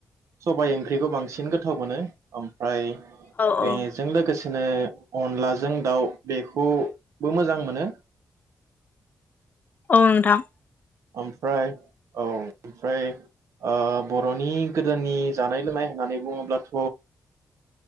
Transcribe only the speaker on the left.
औ औ
औ नोंथां